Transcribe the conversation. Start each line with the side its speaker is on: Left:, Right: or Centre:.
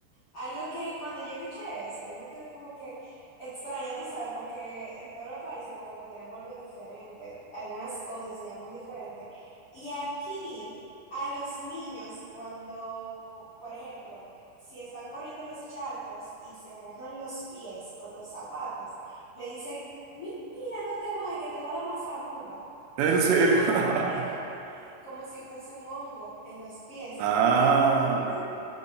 Left: algo que cuando yo escuché eso, yo me quedé como que extraña, tú sabes, porque en todos los países como que tenemos algo diferente, algunas cosas se llaman diferente. Y aquí a los niños cuando, por ejemplo, si están corriendo los charcos y se mojan los pies con los zapatos, le dicen, mira, no te mojes, que te va a dar mazamorra.
Right: en serio.
Left: y más
Right: <laughs>
Left: amor, <laughs> como si fuese un hongo en los pies.
Right: Ah.
Left: Y cuando me dicen,